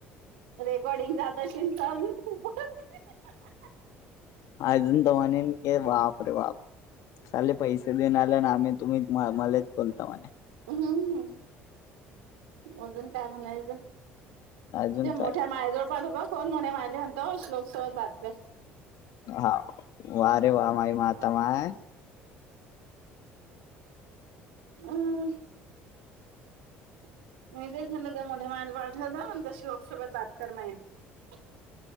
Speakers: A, on the right (about 85°); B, on the left (about 65°).
A: रेकॉर्डिंग जात अशीन चा <unintelligible>
B: अजून <unintelligible> बाप रे बाप साले पैसे देनालय अ म तुम्ही मलाच बोलता म्हणे
A: हम्म अजून काय म्हणायचं?
B: अजून
A: ते मोठ्या
B: काय.
A: मायजवळ पाठवू का? <unintelligible> म्हणतो लोकसभेत बातम <unintelligible>
B: हा वा रे वा माई मात् तमाय
A: हम् <inaudible>